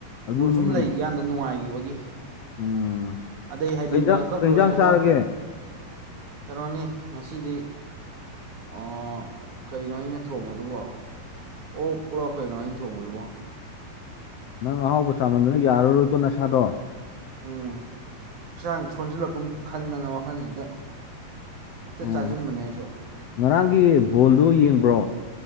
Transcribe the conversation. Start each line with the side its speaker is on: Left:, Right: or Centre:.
Left: ꯑꯗꯨꯅꯤꯅꯦ
Right: ꯕꯣꯜ ꯁꯨꯝ ꯂꯩꯈꯤꯀꯥꯟꯗ ꯅꯨꯡꯉꯥꯏꯈꯤꯕꯒꯤ
Left: ꯎꯝ
Right: ꯑꯗꯩ ꯍꯥꯏꯗꯤ
Left: ꯀꯩ ꯏꯟꯖꯥꯡ
Right: ꯋꯥꯔꯜ ꯀꯞ
Left: ꯀꯩ
Right: ꯂꯣꯏꯔꯒ
Left: ꯏꯟꯖꯥꯡ ꯆꯥꯔꯒꯦ
Right: ꯀꯩꯅꯣꯅꯤ ꯉꯁꯤꯗꯤ ꯑꯣ ꯀꯩꯅꯣ ꯑꯩꯅ ꯊꯣꯡꯕꯗꯨꯕꯣ ꯑꯣꯛ ꯂꯣ ꯀꯩꯅꯣ ꯑꯩꯅ ꯊꯣꯡꯕꯗꯨꯕꯣ
Left: ꯅꯪ ꯑꯍꯥꯎꯕ ꯆꯥꯃꯟꯗꯅ ꯌꯥꯔꯔꯣꯏꯀꯣ ꯅꯁꯥꯗꯣ
Right: ꯎꯝ ꯍꯛꯆꯥꯡ ꯁꯣꯟꯖꯜꯂꯛꯀꯨꯝ ꯈꯟꯗꯅ ꯋꯥꯈꯜꯁꯤꯗ ꯍꯦꯛꯇ
Left: ꯎꯝ
Right: ꯆꯥꯁꯤꯟꯕꯅꯦ ꯑꯩꯁꯨ
Left: ꯉꯔꯥꯡꯒꯤ ꯕꯣꯜꯗꯨ ꯌꯦꯡꯕ꯭ꯔꯣ